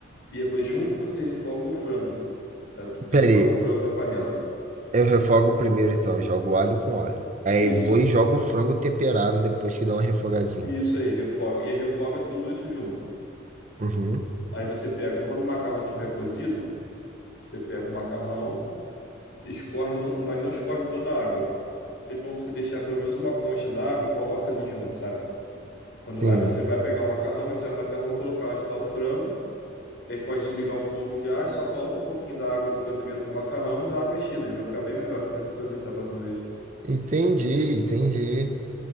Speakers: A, on the left; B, on the right.
A: e aí junto você refoga o frango, sabe? Você
B: Peraí,
A: refoga o frango na panela.
B: Eu refogo primeiro, então. eu Jogo alho com óleo. Aí
A: Isso,
B: vou e jogo o frango temperado depois que dá uma refogadinha.
A: isso aí, refoga. E refoga tudo isso junto.
B: Uhum.
A: Aí você pega, quando o macarrão tiver cozido, você pega o macarrão, escorre, não, mas não escorre toda a água. Sempre bom você deixar pelo menos uma concha d'água e coloca ali junto, sabe? Quando,
B: Sim.
A: aí você vai pegar o macarrão, vai tirar o macarrão, colocar onde está o frango. Aí pode desligar o fogo já, e só coloca um pouquinho da água do cozimento do macarrão e dá uma mexida, ele vai ficar bem melhor. Tenta fazer isso da próxima vez.
B: Entendi, entendi.